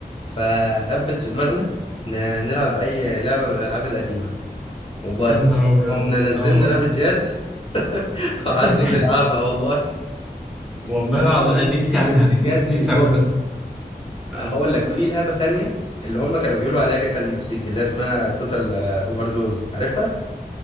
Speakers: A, on the left; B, in the centre.
A: فهبت في دماغنا ن- نلعب اي لعبه من الالعاب القديمه والله
B: يا
A: بجد
B: نهار ابيض
A: قمنا نزلنا
B: اه
A: رابط جاز <laughs>
B: <laughs>
A: وقعدنا نلعبها والله
B: والله العظيم انا نفسي اعملها
A: بجد
B: نفسي نفسي
A: تحفه
B: اعملها بس اه
A: هقول لك وفي لعبه تانية اللي هم كانوا بيقولوا عليها جاتا المكسيك اللي هي اسمها توتال اوفر دوز عارفها